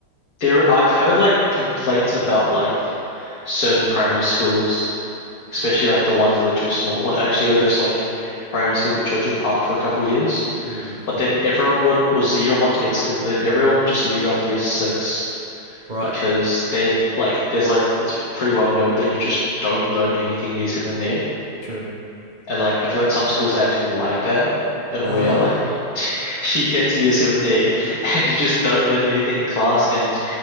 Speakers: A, on the left; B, on the right.
A: There, I've heard like complaints about like certain primary schools, especially like the ones that are too small. Like I used to go to this like primary school called Churchill Park for a couple years.
B: Hmm.
A: But then everyone would, it was the year one to eight school, but then everyone would just leave after year six
B: Right.
A: because they like, there's like, it's pretty well known that you just don't learn anything year seven and eight.
B: True.
A: And like, I feel like some schools are actually like that and
B: <laughs>
A: where like <laughs> you get to year seven and eight <laughs> and you just don't learn anything in class. And